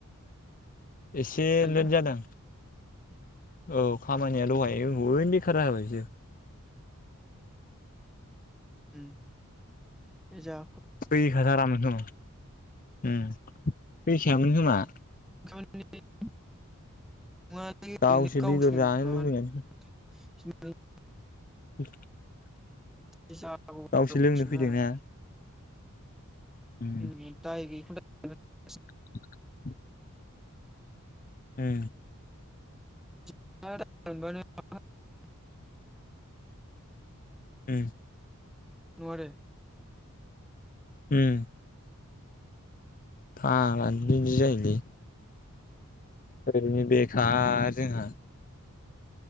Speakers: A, on the left; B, in the centre.
A: एसे
B: गोबाव
A: लेट जादों औ खामानिया
B: उम
A: दहाय ओरैनो बेखार जाबाय बादिसो
B: ओ मिथिया
A: बेखार जानानै दं उम फैसायामोन खोमा
B: <inaudible> ओरैनो
A: गावसोर बेदर जानो
B: माबा
A: लुबै
B: <unintelligible>
A: <inaudible>
B: <unintelligible>
A: गावसो लोंनो फैदोंना
B: <unintelligible>
A: उम <inaudible> ए
B: <unintelligible>
A: उम
B: औ आरो
A: उम <unintelligible> बिदि जायोलै ओरैनो बेखा जोंहा